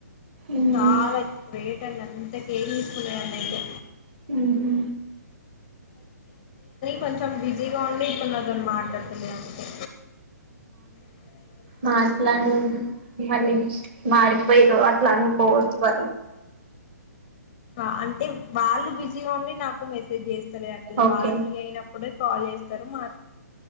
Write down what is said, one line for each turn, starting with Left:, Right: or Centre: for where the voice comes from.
Right: ఉమ్
Left: చాల గ్రేట్ అండి అంత కేరింగ్ అదండీ
Right: ఉహు
Left: కొంచెం బిజీగా ఉండి ఇప్పుడు నాతోని మాట్లాడుతులే అందుకే అ
Right: మాట్లనే మళ్ళీ మారిపొయిర్రు అట్ల అనుకోవద్దు వరన్
Left: ఆ అంట్ తివ్ వాళ్ళు బిజీగా ఉండి నాకు మెసేజ్ చేస్తరు అట్లి
Right: ఓకే
Left: వాళ్ళు ఫ్రీ అయినప్పుడే కాల్ చేస్తరు మా